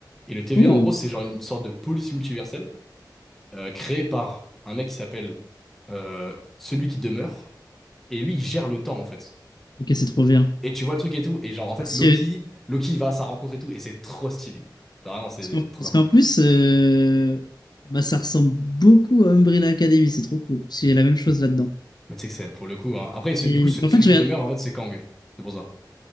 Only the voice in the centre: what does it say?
Et le TVA,
en gros, c'est genre une sorte de police multiverselle euh, créée par un mec qui s'appelle euh, Celui qui demeure. Et lui, il gère le temps, en fait.
Et tu vois le truc et tout. Et genre, en fait,
Loki,
Loki, il va à sa rencontre et tout. Et c'est trop stylé. Genre, vraiment, c'est
trop
d'avant.
Mais tu sais que c'est pour le coup. hein. Après, ce-
du coup, ce-
celui
qui
demeure, en fait, c'est Kang. C'est pour ça.